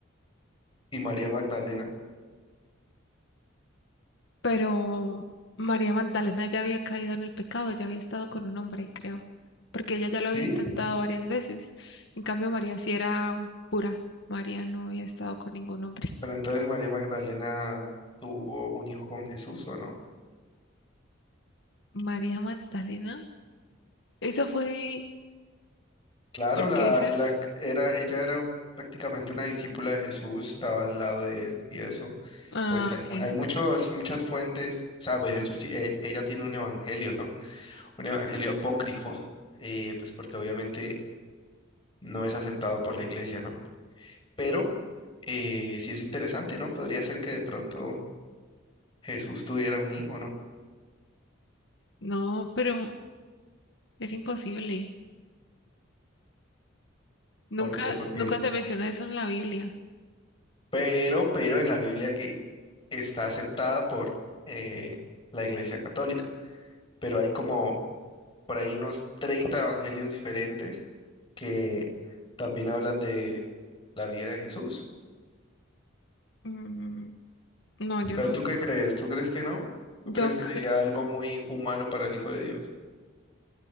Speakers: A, on the left; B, on the left.
A: y María Magdalena.
B: Pero María Magdalena ya había caído en el pecado, ya había estado con un hombre, creo, porque ella ya
A: Sí,
B: lo había intentado varias veces. En cambio, María sí era pura. María no había estado con ningún hombre.
A: pero entonces María Magdalena tuvo un hijo con Jesús, ¿o no?
B: María Magdalena, esa fue
A: Claro,
B: porque
A: la,
B: ese
A: la
B: es.
A: era, ella era prácticamente una discípula de Jesús, estaba al lado de él y eso,
B: Ah,
A: pues hay,
B: ok.
A: mu- hay muchos, muchas fuentes, o sea, pues ellos sí- eh, ella tiene un evangelio, ¿no? Un evangelio apócrifo, eh, pues porque obviamente no es aceptado por la iglesia, ¿no? Pero eh, sí es interesante, ¿no? Podría ser que de pronto Jesús tuviera un hijo, ¿no?
B: No, pero es imposible. Nunca,
A: ¿Por Porque, porque,
B: nunca se menciona eso en la Biblia.
A: pero, pero en la Biblia que está aceptada por eh, la iglesia católica, pero hay como por ahí unos 30 evangelios diferentes que también hablan de la vida de Jesús.
B: Mm, no, yo
A: Pero
B: no.
A: ¿tú qué crees? ¿Tú crees que no? ¿Tú crees
B: Yo
A: que
B: c-
A: sería algo muy humano para el Hijo de Dios?